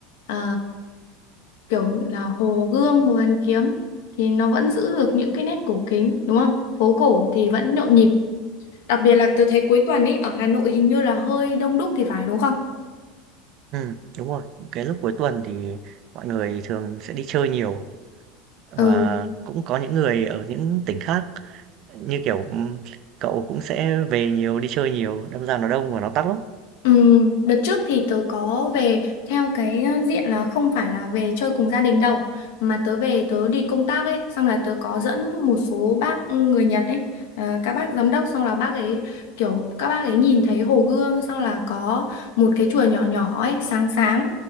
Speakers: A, on the left (about 80°); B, on the right (about 45°).
A: ờ, kiểu là Hồ Gươm, Hồ Hoàn Kiếm thì nó vẫn giữ được những cái nét cổ kính, đúng không? Phố cổ thì vẫn nhộn nhịp. Đặc biệt là tớ thấy cuối tuần ấy ở Hà Nội hình như là hơi đông đúc thì phải đúng không?
B: Ừ, đúng rồi. Cái lúc cuối tuần thì mọi người thường sẽ đi chơi nhiều và
A: Ừ.
B: cũng có những người ở những tỉnh khác Như kiểu, ừm, cậu cũng sẽ về nhiều, đi chơi nhiều, đâm ra nó đông và nó tắc lắm.
A: ừm, đợt trước thì tớ có về theo cái ờ, diện là không phải là về chơi cùng gia đình đâu mà tớ về tớ đi công tác ấy xong là tớ có dẫn một số bác ừ, người Nhật ấy ờ, các bác giám đốc xong là bác ấy kiểu các bác ấy nhìn thấy hồ gươm xong là có một cái chùa nhỏ nhỏ ấy sáng sáng